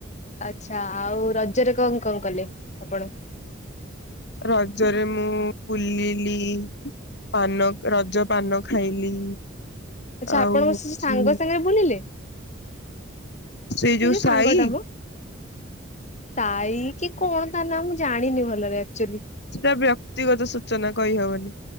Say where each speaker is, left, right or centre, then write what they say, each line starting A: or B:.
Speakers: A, on the left (about 35°); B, on the left (about 60°).
A: ଆଚ୍ଛା ଆଉ ରଜରେ କଅଁ କଅଁକଲେ ଆପଣ?
B: ରଜରେ ମୁଁ ବୁଲିଲି ପାନ ରଜ ପାନ ଖାଇଲି
A: ଆଛା
B: ଆଉ
A: ଆପଣ ମୋର
B: ହଉଛି
A: ସେ ଯଉ ସାଙ୍ଗ ସାଙ୍ଗରେ ବୁଲିଲେ ସେ
B: ସେଇ
A: ଯୋଉ
B: ସାଇ
A: ସାଙ୍ଗଟା ମଁ। ସାଇ କି କଣ ତା ନା ମୁଁ ଜାଣିନି ଭଲରେ ଆକଚୁଆଲି।
B: ସେଇଟା ବ୍ୟକ୍ତିଗତ ସୂଚନା କହିହବନି